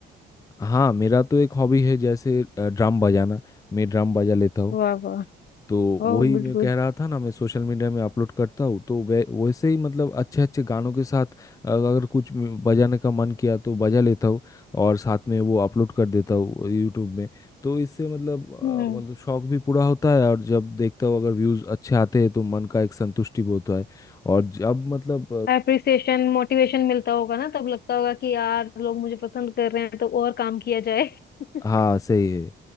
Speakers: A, on the left; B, on the left.
A: हाँ मेरा तो एक हॉबी है जैसे अ, ड्रम बजाना मैं ड्रम बजा लेता हूँ
B: वाह वाह
A: तो वही
B: Oh good
A: मैं कह
B: good
A: रहा था ना मैं सोशल मीडिया में अपलोड करता हूँ तो वै वैसे ही मतलब अच्छे अच्छे गानों के साथ अगर कुछ म्यू- बजाने का मन किया तो बजा लेता हूँ और साथ में वो अपलोड कर देता हूँ यूट्यूब में तो इससे मतलब अ,
B: Hmm
A: मतलब शौक भी पूरा होता है और जब देखता हूँ अगर व्यूज़ अच्छे आते हैं तो मन का एक संतुष्टि भी होता है और जब मतलब
B: Appreciation motivation मिलता होगा ना तब लगता होगा कि यार लोग मुझे पसंद कर रहे हैं तो और काम किया जाए <laughs>
A: हाँ सही है